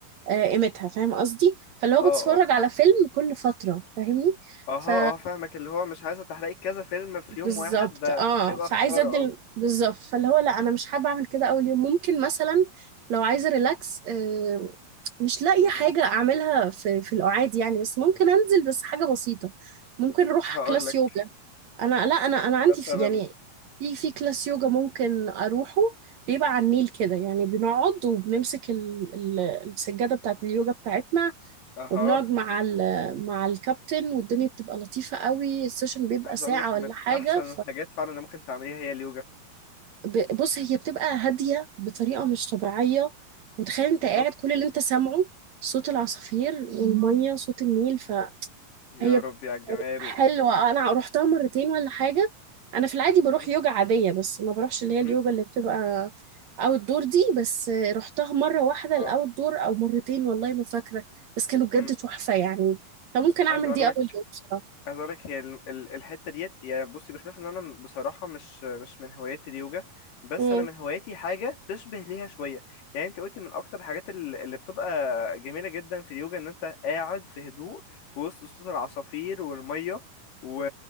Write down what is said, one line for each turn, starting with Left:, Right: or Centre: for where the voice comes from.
Right: آه، قيمتها فاهم قصدي فاللي هو
Left: اه
Right: بتفرج
Left: اه
Right: على فيلم كل فتره فاهمني
Left: اه
Right: ف
Left: اه فاهمك اللي هو مش عايزه تحرقي كذا فيلم في
Right: بالظبط
Left: يوم واحد ده
Right: اه
Left: هيبقى
Right: فعايزه
Left: خساره
Right: ادي ال- بالظبط فاللي هو لا انا مش حابه اعمل كده اول يوم ممكن مثلا لو عايزه ريلاكس آه، مش لاقيه
Left: اه
Right: حاجه اعملها في في القعاد يعني بس ممكن انزل بس حاجه بسيطه ممكن اروح
Left: هقول
Right: كلاس
Left: لك
Right: يوجا انا لا انا انا عندي
Left: مثلا
Right: في يعني في في كلاس يوجا ممكن اروحه بيبقى على النيل كده يعني بنقعد وبنمسك ال... ال... السجاده بتاعت اليوجا بتاعتنا
Left: اها
Right: وبنقعد مع ال... مع الكابتن والدنيا بتبقى لطيفه قوي السيشن بيبقى
Left: عايز
Right: ساعه
Left: اقول لك
Right: ولا
Left: من
Right: حاجه
Left: احسن الحاجات فعلا اللي ممكن تعمليها هي اليوجا
Right: فبص هي بتبقى هاديه بطريقه مش طبيعيه وتخيل انت
Left: بالظبط
Right: قاعد كل اللي انت سامعه صوت العصافير والميه صوت النيل
Left: يا
Right: هي
Left: ربي على الجمال
Right: حلوة أنا روحتها مرتين ولا حاجة أنا في العادي بروح
Left: مم.
Right: يوجا عادية بس ما بروحش اللي
Left: مهم.
Right: هي اليوجا اللي بتبقى أوت دور دي بس روحتها مرة واحدة الأوت
Left: اه
Right: دور أو مرتين والله ما فاكرة بس كانوا بجد
Left: مم.
Right: تحفة يعني فممكن أعمل
Left: عايز اقول
Right: دي أول
Left: لك
Right: يوم بصراحة
Left: عايز اقول لك هي ال- ال- الحته ديت يعني بصي بخلاف ان انا بصراحه مش مش من هوايات اليوجا بس
Right: امم
Left: انا من هواياتي حاجه تشبه ليها شويه يعني انت قلتي من اكتر الحاجات ال- اللي بتبقى جميله جدا في اليوجا ان انت قاعد في هدوء في وسط صوت العصافير والميه و...